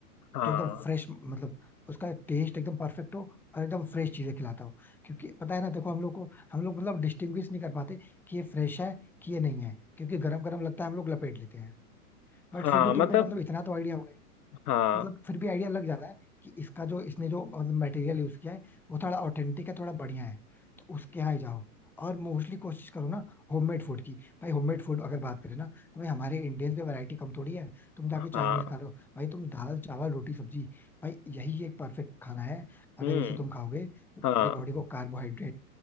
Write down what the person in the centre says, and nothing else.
जो एकदम फ्रेश मतलब उसका टेस्ट एकदम परफेक्ट हो और एकदम फ्रेश चीजें खिलाता हो क्योंकि पता है ना देखो हम लोग को हम लोग मतलब डिस्टिंग्विश नहीं कर पाते कि ये फ्रेश है कि ये नहीं है क्योंकि गरम गरम लगता है हम लोग लपेट लेते हैं बट
फिर भी
तुमको मतलब इतना तो आइडिया होगा
मतलब फिर भी आइडिया लग जाता है कि इसका जो इसने जो मतलब मटेरियल यूज किया है वो थोड़ा ऑथेंटिक है थोड़ा बढ़िया है तो उसके यहाँ ही जाओ और मोस्टली कोशिश करो ना होममेड फूड की भाई होममेड फूड अगर बात करें ना तो भाई हमारे इंडियंस में वैरायटी कम थोड़ी है तुम जाके
चाइनीज खा रहे हो भाई तुम दाल चावल रोटी सब्जी भाई यही एक परफेक्ट खाना है अगर
इसे तुम खाओगे तो तुम्हारी
बॉडी को कार्बोहाइड्रेट